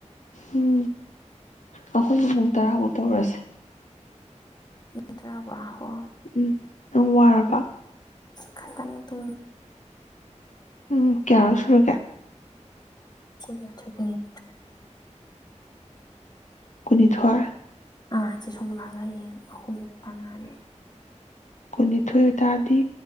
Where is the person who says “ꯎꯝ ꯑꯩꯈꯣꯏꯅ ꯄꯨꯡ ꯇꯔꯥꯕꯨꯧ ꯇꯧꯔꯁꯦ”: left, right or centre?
Left